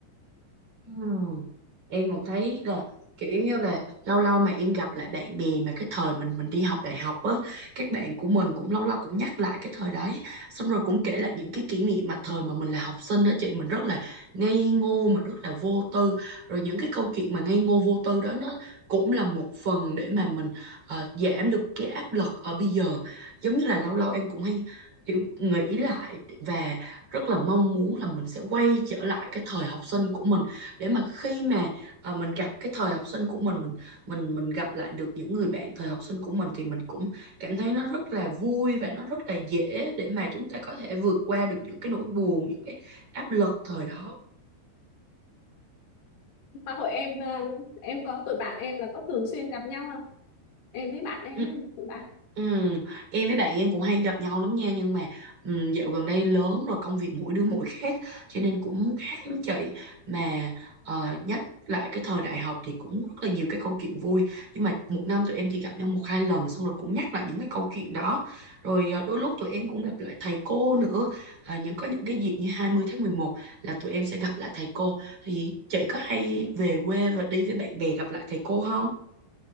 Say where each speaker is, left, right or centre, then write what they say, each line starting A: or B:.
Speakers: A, on the right; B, on the left.
A: Ừm, Em cũng thấy là kiểu như là lâu lâu mà em gặp lại bạn bè mà cái thời mình mình đi học đại học á các bạn của mình cũng lâu lâu cũng nhắc lại cái thời đấy xong rồi cũng kể lại những cái kỷ niệm mà thời mà mình là học sinh đó chị mình rất là ngây ngô mà rất là vô tư rồi những cái câu chuyện mà ngây ngô vô tư đó nó cũng là một phần để mà mình ờ, giảm được cái áp lực ở bây giờ giống như là lâu lâu em cũng hay kiểu nghĩ lại và rất là mong muốn là mình sẽ quay trở lại cái thời học sinh của mình để mà khi mà ờ, mình gặp cái thời học sinh của mình mình mình mình gặp lại được những người bạn thời học sinh của mình thì mình cũng cảm thấy nó rất là vui và nó rất là dễ để mà chúng ta có thể vượt qua được những cái nỗi buồn những cái áp lực thời đó
B: mà hội em à, em có tụi bạn em là có thường xuyên gặp nhau không em với bạn em
A: Ừ.
B: ấy, tụi bạn
A: Ừ. Em với bạn em cũng hay gặp nhau lắm nha nhưng mà ừ, dạo gần đây lớn rồi công việc mỗi đứa mỗi khác cho nên cũng khác lắm chị mà ờ, nhắc lại cái thời đại học thì cũng rất là nhiều cái câu chuyện vui nhưng mà một năm tụi em chỉ gặp nhau một hai lần xong rồi cũng nhắc lại những cái câu chuyện đó rồi ờ, đôi lúc tụi em cũng gặp lại thầy cô nữa à, những có những cái dịp như 20 tháng 11 là tụi em sẽ gặp lại thầy cô thì chị có hay về quê và đi với bạn bè gặp lại thầy cô không?